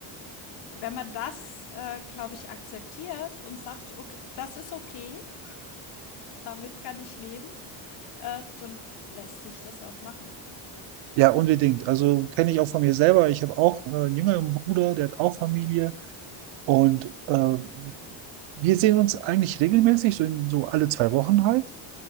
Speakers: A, on the left; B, on the right.
A: wenn man das, äh, glaube ich, akzeptiert und sagt, okay, das ist okay, <laughs> damit kann ich leben, Äh, dann lässt sich das auch machen.
B: Ja, unbedingt. Also kenne ich auch von mir selber. Ich habe auch äh, einen jüngeren Bruder, der hat auch Familie und äh, wir sehen uns eigentlich regelmäßig, so, in, so alle zwei Wochen halt.